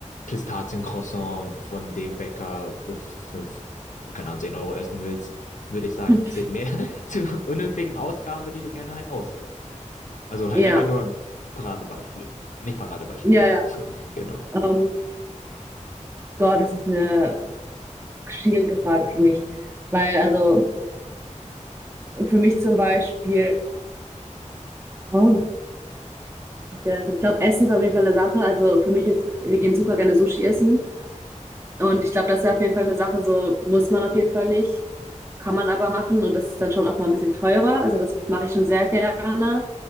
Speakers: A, on the left (about 75°); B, on the right (about 20°).
A: Pistaziencroissant von dem Bäcker für fünf, keine Ahnung, 10 Euro essen willst, würde ich sagen,
B: <laughs>
A: zählt mehr <laughs> zu unnötigen Ausgaben, die du gerne halt ausgibst. Also halt
B: Ja,
A: einfach nur ein Paradebeispiel. Nicht Paradebeispiel,
B: ja, ja.
A: genau.
B: Ähm, Gott, das ist eine schwierige Frage für mich. Weil, also, für mich zum Beispiel, oh, ja, ich glaube, Essen ist auf jeden Fall eine Sache. Also, für mich ist, wir gehen super gerne Sushi essen. Und ich glaube, das ist ja auf jeden Fall eine Sache, so muss man auf jeden Fall nicht, kann man aber machen und das ist dann schon auch mal ein bisschen teurer. Also das mache ich schon sehr gerne.